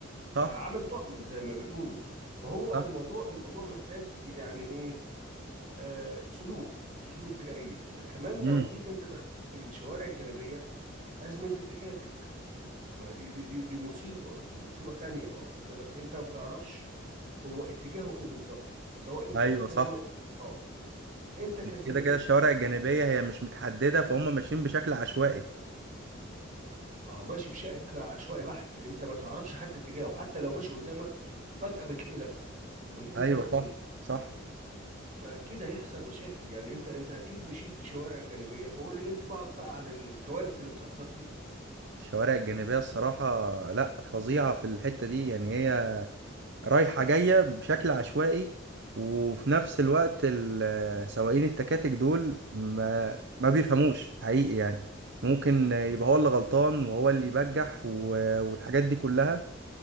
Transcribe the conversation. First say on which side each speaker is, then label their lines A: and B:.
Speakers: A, on the right; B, on the right.
A: صح
B: فعامل تعمل زي ما بيقولوا فهو
A: صح
B: الموضوع الموضوع محتاج يعني ايه آه، سلوك سلوك جيد ده كمان
A: امم
B: لو جيت انت دخلت في الشوارع الجانبيه ازمه التكاتك ما هي دي دي دي دي مصيبه دي مصيبه تانية واخد بالك انت ما بتعرفش هو اتجاهه ايه بالظبط سواء انت
A: ايوه
B: قدامه
A: صح
B: او وراه انت كسايق
A: كده كده الشوارع
B: لو
A: الجانبية هي مش متحددة فهم ماشيين بشكل عشوائي
B: ما هو ماشي بشكل عشوائي بحت انت ما تعرفش حتى اتجاهه حتى لو ماشي قدامك فجاه بتلاقيه لف بدون
A: ايوه
B: سابق
A: صح
B: انذار
A: صح
B: فاكيد هيحصل مشاكل يعني انت انت اكيد مشيت في شوارع جانبيه فقول لي انت بقى بقى عن الكوارث اللي بتحصل فيها
A: الشوارع الجانبية الصراحة لا فظيعة في الحتة دي يعني هي رايحة جاية بشكل عشوائي وفي نفس الوقت ال- سواقين التكاتك دول ما ما بيفهموش حقيقي يعني ممكن يبقى هو اللي غلطان وهو اللي يبجح و- والحاجات دي كلها